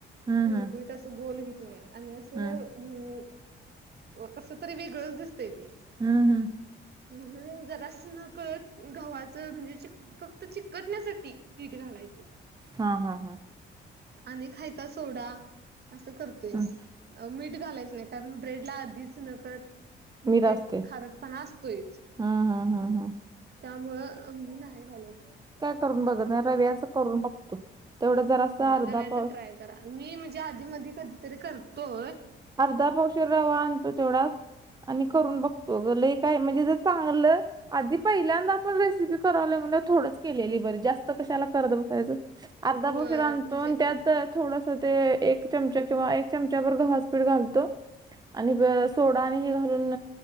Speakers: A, on the right (about 20°); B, on the right (about 55°).
A: हं,
B: गुळगुळीतं
A: हं,
B: असं गोल होतं नाहीं आणि असं.
A: हं,
B: कसं तरी वेगळंचं दिसतंय ते-
A: हम्म हम्.
B: म्हणून जरा अस नकळत गावाचं म्हणजे फक्त चिकटण्यासाठी पीठ घालायचं.
A: हा हा हा.
B: आणि खायचा सोडा असं करतोय मी
A: हं.
B: मीठ घालायच नाही. कारण ब्रेड ला आधीच नकत म्हणजे
A: मीठ असते.
B: खारटपणा असतोयच.
A: हं, हं, हं, हं.
B: त्यामुळं मी नाही घालत.
A: ून बघत रव्याच करून बघतो तेवढं जरा असं
B: हा
A: अर्धा
B: रव्याच
A: पास
B: ट्राय करा मी म्हणजे आधी मी कधीतरी करतोय.
A: अर्धा पावशर रवा आणतो तेवढाच. आणि करून बघतो ग ल काय म्हणजे ज चांगलं. आधी पहिल्यांदा आपण रेसिपी करावली म्हणजे थोडंच केलेली बरी जास्त कशाला करत बसायचं. अर्धा
B: होय
A: पोष रांधतो
B: म्हणजे
A: त्यात थोडस ते एक चमचा किंवा एक चमचा भर ठ घालतो आणि सोडा घाून